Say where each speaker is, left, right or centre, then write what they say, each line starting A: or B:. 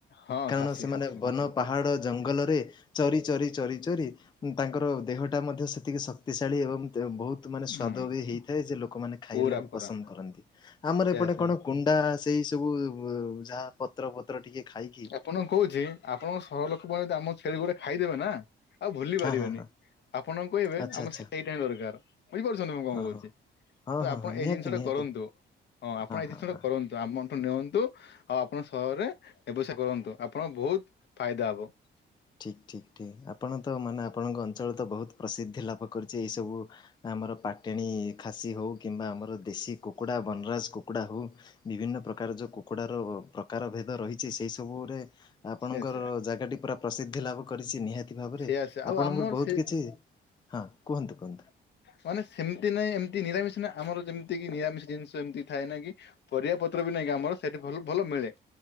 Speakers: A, on the left; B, on the left.
A: ହଁ
B: କାରଣ
A: ଖାସି
B: ସେମାନେ
A: ଖାସି
B: ବନ ପାହାଡ ଜଙ୍ଗଲରେ ଚରି ଚରି ଚରି ଚରି ତାଙ୍କର ଦେହଟା ମଧ୍ୟ ସେତିକି ଶକ୍ତିଶାଳୀ ଏବଂ ବହୁତ ମାନେ ସ୍ଵାଦ
A: ହୁଁ।
B: ବି ହେଇଥାଏ ଯେ ଲୋକମାନେ ଖାଇଲେ
A: ପୁରା
B: ବି
A: ପୁରା
B: ପସନ୍ଦ କରନ୍ତି ଆମର
A: ସେୟା
B: ଏପଟେ
A: ସେୟା
B: କଣ କୁଣ୍ଡା ସେଇ ସବୁ ଯାହା ପତ୍ର ପତ୍ର ଟିକେ ଖାଇକି
A: ଆପଣ କହୁଚି ଆପଣଙ୍କ ସହର ଲୋକମାନେ ଯ ଆମ ଛେଳି ଗୁଡା ଖାଇଦେବେ ନା ଆଉ ଭୁଲି ପାରିବେନି
B: ହଁ ହଁ ହଁ
A: ଆପଣ କହିବେ
B: ଆଚ୍ଛା
A: ଆମ
B: ଆଚ୍ଛା
A: ସେଇଟା ହ ଦରକାର ବୁଝିପାରୁଚନ୍ତି ମୁଁ କଣ
B: ହଁ
A: କହୁଚି
B: ହଁ ହଁ
A: ତ
B: ହଁ
A: ଆପଣ
B: ହଁ
A: ଏଇ
B: ନିହାତି
A: ଜିନିଷ ଟା
B: ନିହାତି
A: କରନ୍ତୁ। ହଁ ଆପଣ ଏଇ ଜିନିଷ
B: ହଁ
A: ଟା
B: ହଁ।
A: କରନ୍ତୁ ଆମଠୁ ନିଅନ୍ତୁ ଆଉ ଆପଣ ସହରରେ ସା କରନ୍ତୁ ଆପଣଙ୍କ ବହୁତ ଫାଇଦା ହବ <unintelligible>
B: ଠିକ୍ ଠିକ୍ ଠିକ୍ ଆପଣ ତ ମାନେ ଆପଣଙ୍କ ଅଞ୍ଚଳ ତ ବହୁତ ପ୍ରସିଦ୍ଧି ଲାଭ କରିଚି ଏଇ ସବୁ ଆମର ପାଟେଣୀ ଖାସି ହେଉ କିମ୍ବା ଆମର ଦେଶୀ କୁକୁଡ଼ା ବନରାଜ କୁକୁଡ଼ା ହେଉ ବିଭିନ୍ନ ପ୍ରକାର ଯଉଁ କୁକୁଡ଼ାର ପ୍ରକାର ଭେଦ ରହିଚି ସେଇସବୁରେ ଆପଣଙ୍କର
A: ସେୟା ସେୟା
B: ଜାଗାଟି ପୁରା ପ୍ରସିଦ୍ଧି ଲାଭ କରିଚି ନିହାତି ଭାବରେ
A: ସେୟା ସେୟା ଆଉ
B: ଆପଣଙ୍କର
A: ଆମର
B: ବହୁତ
A: ସେ
B: କିଛି ହଁ କୁହନ୍ତୁ କୁହନ୍ତୁ।
A: ମାନେ ସେମିତି ନାଇଁ ଏମିତି ନିରାମିଷି ନା ଆମର ଯେମିତି କିି ନିରାମିଷ ଜିନିଷ ଏମିତି ଥାଏ ନା କି ପରିବା ପତ୍ର ବି ନାଇଁକି ଆମର ସେଟି ଭଲ ମିଳେ।